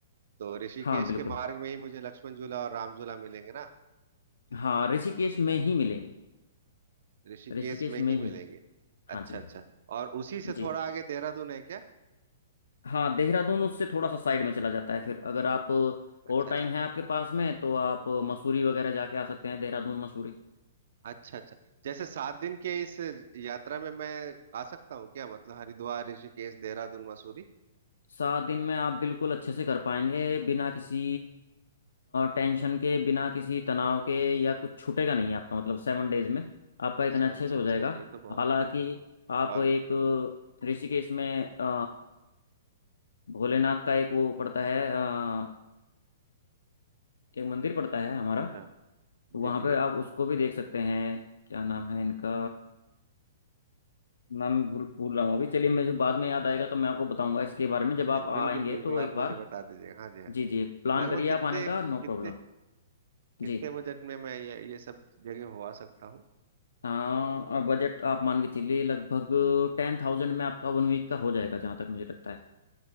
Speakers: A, on the right (about 65°); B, on the left (about 90°).
A: तो ऋषिकेश
B: हाँ बिल्कुल
A: के मार्ग में ही मुझे लक्ष्मण झूला और राम झूला मिलेंगे ना
B: हाँ ऋषिकेश में ही मिलेंगे
A: ऋषिकेश
B: ऋषिकेश
A: में
B: में
A: ही
B: ही
A: मिलेंगे
B: हाँ
A: अच्छा
B: जी
A: अच्छा
B: हाँ जी
A: और उसी से
B: जी
A: थोड़ा आगे देहरादून है क्या
B: हाँ देहरादून उससे थोड़ा सा साइड में चला जाता है फिर अगर आप और
A: अच्छा
B: टाइम
A: अच्छा
B: है आपके पास में तो आप मसूरी वगैरह जाके आ सकते हैं देहरादून मसूरी
A: अच्छा अच्छा जैसे सात दिन के इस यात्रा में मैं आ सकता हूँ क्या मतलब हरिद्वार ऋषिकेश देहरादून मसूरी
B: सात दिन में आप बिल्कुल अच्छे से कर पाएंगे बिना किसी टेंशन के बिना किसी तनाव के या कुछ छूटेगा नहीं आपका मतलब सेवन डेज में आपका
A: अच्छा
B: इतना अच्छे
A: अच्छा
B: से हो
A: अच्छा
B: जाएगा
A: अच्छा, ये तो बहुत
B: हालांकि आप
A: और
B: एक ऋषिकेश में अ, भोलेनाथ का एक वो पड़ता है अ, एक मंदिर पड़ता है हमारा
A: अच्छा
B: वहाँ
A: जी
B: पे
A: जी
B: आप उसको भी देख सकते हैं क्या नाम है इनका नाम भूल भूल रहा हूँ अभी चलिए मुझे बाद में याद आएगा तो मैं आपको बताऊंगा इसके बारे
A: अच्छा
B: में जब
A: अच्छा
B: आप आएंगे
A: बिल्कुल बिल्कुल
B: तो
A: आप
B: एक बार
A: मुझे बता दीजिएगा हाँ जी हाँ
B: जी
A: जी
B: जी प्लान
A: लगभग
B: करिए
A: कितने
B: आप आने का नो
A: कितने
B: प्रॉब्लम
A: कितने
B: जी
A: बजट में मैं ये, ये सब जगह हो आ सकता हूँ
B: हाँ बजट आप मान के चलिए लगभग टेन थाउजेंड में आपका वन वीक का हो जाएगा जहाँ तक मुझे लगता है